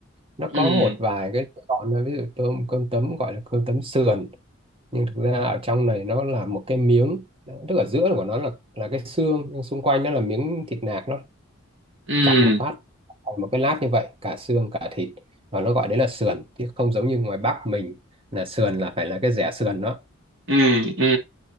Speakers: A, on the right; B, on the right.
A: nó có
B: ừ
A: một vài cái lựa chọn thôi. ví dụ tôm cơm tấm gọi là cơm tấm sườn nhưng thực ra ở trong này nó là một cái miếng tức ở giữa của nó là là cái xương nhưng xung quanh nó là miếng thịt nạc nó
B: ừ
A: chặt một phát thành một cái lát như vậy cả xương cả thịt và nó gọi đấy là sườn chứ không giống như ngoài Bắc mình là sườn là phải là cái rẻ sườn đó
B: ừ ừ